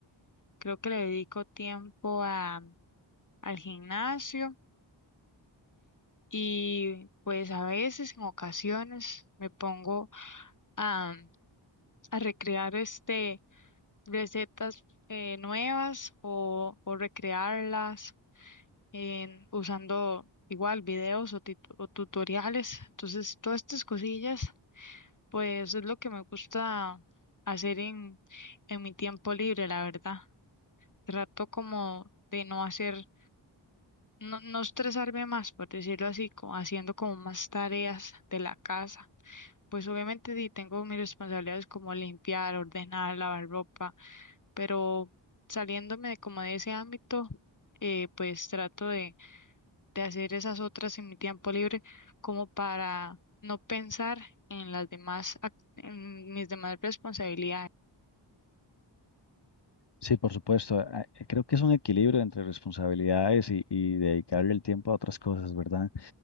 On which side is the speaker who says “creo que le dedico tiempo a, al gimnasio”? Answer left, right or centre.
Left